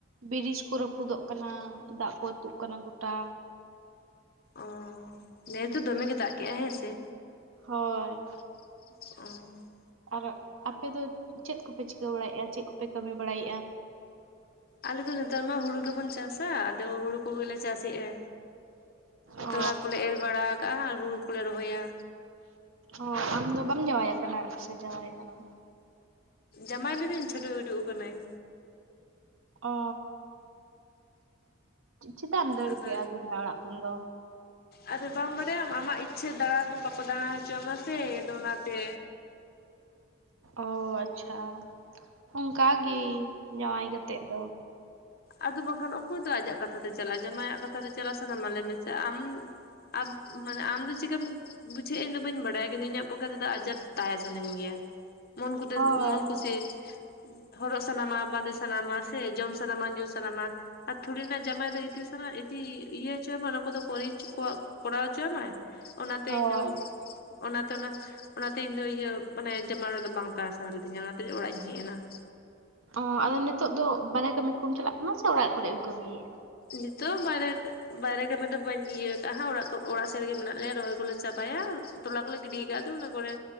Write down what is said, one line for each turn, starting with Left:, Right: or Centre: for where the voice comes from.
Right: ᱵᱨᱤᱡ ᱠᱚ ᱨᱟᱹᱯᱩᱫᱚᱜ ᱠᱟᱱᱟ ᱫᱟᱜ ᱠᱚ ᱟᱹᱛᱩᱜ ᱠᱟᱱᱟ ᱜᱚᱴᱟ᱾
Left: ᱚᱻ ᱱᱮᱥ ᱫᱚ ᱫᱚᱢᱮ ᱜᱮᱸ ᱫᱟᱜ ᱠᱮᱜᱼᱟᱭ ᱦᱮᱸ ᱥᱮ?
Right: ᱦᱳᱭ᱾
Left: ᱚᱻ
Right: ᱟᱨ ᱟᱯᱮ ᱫᱚ ᱪᱮᱫ ᱠᱚᱯᱮ ᱪᱤᱠᱟᱹ ᱵᱟᱲᱟᱭᱮᱜᱼᱟ ᱪᱮᱫ ᱠᱚᱯᱮ ᱠᱟᱹᱢᱤ ᱵᱟᱲᱟᱭᱮᱜᱼᱟ?
Left: ᱟᱞᱮᱫᱚ ᱱᱮᱛᱟᱨ ᱢᱟ ᱦᱩᱲᱩ ᱜᱮᱵᱚᱱ ᱪᱟᱥᱟ, ᱟᱫᱚ ᱦᱩᱲᱩ ᱠᱚᱜᱮᱞᱮ ᱪᱟᱥᱮᱜᱼᱟ᱾
Right: ᱚ
Left: ᱛᱚᱲᱟ ᱠᱚᱞᱮ ᱮᱨ ᱵᱟᱲᱟ ᱠᱟᱜᱼᱟ ᱟᱨ ᱦᱩᱲᱩ ᱠᱚᱞᱮ ᱨᱚᱦᱚᱭᱟ᱾
Right: ᱚ ᱟᱢ ᱫᱚ ᱵᱟᱢ ᱡᱟᱶᱟᱭ ᱠᱟᱱᱟ ᱥᱮ ᱡᱟᱶᱟᱭ ᱠᱟᱱᱟᱢ?
Left: ᱡᱟᱢᱟᱭ ᱞᱤᱱᱟᱹᱧ ᱪᱷᱟᱹᱰᱩᱭ ᱩᱰᱩᱠ ᱠᱟᱱᱟᱹᱧ᱾
Right: ᱚᱻ ᱪᱤ ᱪᱤᱫᱟᱜ ᱮᱢ ᱫᱟᱹᱲ
Left: ᱟᱫᱚ
Right: ᱠᱮᱜᱼᱟ <unintelligible> ᱚᱲᱟᱜ ᱠᱷᱚᱱ ᱫᱚ?
Left: ᱟᱫᱚ ᱵᱟᱢ ᱵᱟᱰᱟᱭᱟᱢ ᱟᱢᱟᱜ ᱤᱪᱪᱷᱟᱹ ᱫᱟᱬᱟ ᱦᱚᱸ ᱵᱟᱠᱚ ᱫᱟᱬᱟ ᱦᱚᱪᱚᱣᱟᱢᱟ ᱥᱮ ᱟᱫᱚ ᱚᱱᱟᱛᱮ᱾
Right: ᱚ ᱟᱪᱪᱷᱟ᱾ ᱚᱝᱠᱟ ᱜᱤ ᱡᱟᱶᱟᱭ ᱠᱟᱛᱮᱜ ᱫᱚ ᱾
Left: ᱟᱫᱳ ᱵᱟᱝᱠᱷᱟᱱ ᱚᱠᱚᱭ ᱫᱚ ᱟᱡᱟᱜ ᱠᱟᱛᱷᱟ ᱛᱮ ᱪᱟᱞᱟᱜᱼᱟ ᱡᱟᱢᱟᱭᱟᱜ ᱠᱟᱛᱷᱟ ᱛᱮ ᱪᱟᱞᱟ ᱥᱟᱱᱟᱢᱟ ᱞᱮ ᱢᱮᱥᱮ ᱟᱢ ᱟᱢ ᱢᱟᱱᱮ ᱟᱢ ᱫᱚ ᱪᱤᱠᱟᱹᱢ ᱵᱩᱡᱷᱟᱹᱣᱮᱫ ᱤᱧ ᱫᱚ ᱵᱟᱹᱧ ᱵᱟᱰᱟᱭᱟ ᱠᱤᱱᱛᱩ ᱤᱧᱟᱹᱜ ᱯᱚᱠᱠᱷᱮ ᱛᱮᱫᱚ ᱟᱡᱟᱫ ᱛᱟᱦᱮᱸ ᱥᱟᱱᱟᱹᱧ ᱜᱮᱭᱟ ᱾ ᱢᱚᱱ ᱠᱚᱫᱮ
Right: ᱦᱳᱭ
Left: ᱢᱚᱱ ᱠᱩᱥᱤ, ᱦᱚᱨᱚᱜ ᱥᱟᱱᱟᱢᱟ ᱵᱟᱸᱫᱮ ᱥᱟᱱᱟᱢᱟ ᱥᱮ ᱡᱚᱢ ᱥᱟᱱᱟᱢᱟ ᱧᱩ ᱥᱟᱱᱟᱢᱟ, ᱟᱨ ᱛᱷᱩᱲᱤ ᱱᱟ ᱡᱟᱢᱟᱭ ᱫᱚ ᱤᱫᱤ ᱥᱟᱱᱟ ᱤᱫᱤ ᱤᱭᱟᱹ ᱦᱚᱪᱚ ᱟᱢᱟ ᱚᱱᱟ ᱠᱚᱫᱚ ᱠᱳᱨᱮᱡ ᱠᱳᱣᱟᱜ ᱠᱚᱨᱟᱣ ᱦᱚᱪᱚᱢᱟᱭ, ᱚᱱᱟᱛᱮ
Right: ᱦᱳᱭ
Left: ᱤᱧ ᱫᱚ ᱚᱱᱟᱛᱮ ᱚᱱᱟ ᱚᱱᱟᱛᱮ ᱤᱧᱫᱚ ᱤᱭᱟᱹ ᱢᱟᱱᱮ ᱡᱟᱢᱟᱭ ᱚᱲᱟᱜ ᱨᱮᱫᱚ ᱵᱟᱝ ᱛᱟᱦᱮᱸ ᱥᱟᱱᱟ ᱞᱤᱫᱤᱧᱟ ᱚᱱᱟᱛᱮ ᱚᱲᱟᱜ ᱤᱧ ᱦᱮᱡ ᱮᱱᱟ ᱾
Right: ᱚ ᱟᱫᱚ ᱱᱤᱛᱚᱜ ᱫᱚ ᱵᱟᱨᱦᱮ ᱠᱟᱹᱢᱤ ᱠᱳᱢ ᱪᱟᱞᱟᱜ ᱠᱟᱱᱟ ᱥᱮ ᱚᱲᱟᱜ ᱠᱚᱨᱮᱜ ᱮᱢ ᱠᱟᱹᱢᱤᱭᱮᱜᱼᱟ?
Left: ᱱᱤᱛᱚᱜ ᱵᱟᱭᱨᱮ ᱵᱟᱭᱨᱮ ᱠᱟᱹᱢᱤ ᱫᱚ ᱵᱟᱹᱧ ᱤᱭᱟᱹ ᱠᱟᱜᱼᱟ ᱦᱟᱸᱜ ᱚᱲᱟᱜ ᱚᱲᱟᱜ ᱥᱮᱫ ᱨᱮᱜᱮ ᱢᱮᱱᱟᱜ ᱞᱮᱭᱟ ᱨᱚᱦᱚᱭ ᱠᱚᱞᱮ ᱪᱟᱵᱟᱭᱟ, ᱛᱚᱞᱟ ᱠᱚᱞᱮ ᱜᱤᱰᱤ ᱠᱟᱜᱼᱟ ᱛᱚ ᱚᱱᱟ ᱠᱚᱨᱮ